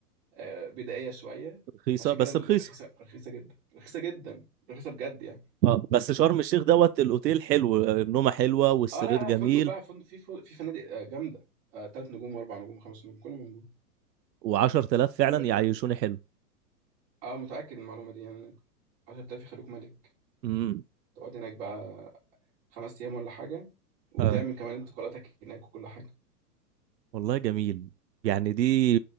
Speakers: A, on the right; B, on the right.
A: آه، بدائيه شويه
B: رخيصة
A: فعشان
B: بس
A: كده
B: رخيصة
A: رخيصه رخيصه جدا رخيصه جدا رخيصه بجد يعني
B: اه بس شرم الشيخ دوت الأوتيل حلو النومة حلوة والسرير
A: اه لا لا
B: جميل
A: فندق بقى فندق في فل- في فنادق آه، جامده آه، تلات نجوم واربع نجوم وخمس نجوم كله موجود
B: وعشرة آلاف فعلا
A: نوم بقى
B: يعيشوني
A: جامد
B: حلو
A: اه متاكد من المعلومه دي يعني 10000 يخلوك ملك
B: امم
A: تقعد هناك بقى خمس أيام ولا حاجة وتعمل
B: اه
A: كمان آه. انتقالاتك هناك وكل حاجة
B: والله جميل يعني دي